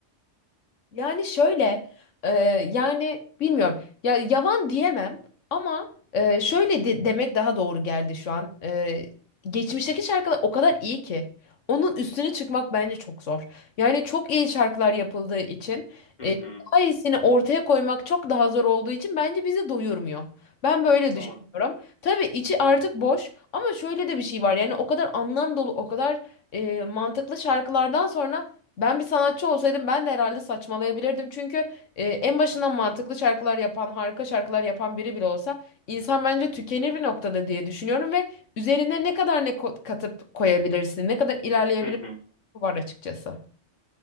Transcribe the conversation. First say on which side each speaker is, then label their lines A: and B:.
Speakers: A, on the left; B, on the left.
A: Yani şöyle, e, yani bilmiyorum. Ya yavan diyemem ama e, şöyle de- demek daha doğru geldi şu an. E, geçmişteki şarkılar o kadar iyi ki onun üstüne çıkmak bence çok zor. Yani çok iyi şarkılar yapıldığı için
B: Hı
A: e,
B: hı.
A: daha iyisini ortaya koymak çok daha zor olduğu için bence bizi doyurmuyor. Ben böyle düşünüyorum.
B: Doğru.
A: Tabii içi artık boş ama şöyle de bir şey var. Yani o kadar anlam dolu, o kadar e, mantıklı şarkılardan sonra ben bir sanatçı olsaydım ben de herhalde saçmalayabilirdim. Çünkü e, en başından mantıklı şarkılar yapan, harika şarkılar yapan biri bile olsa insan bence tükenir bir noktada diye düşünüyorum ve üzerine ne kadar ne ko- katıp koyabilirsin, ne kadar ilerleyebilirsin
B: Hı hı.
A: var açıkçası.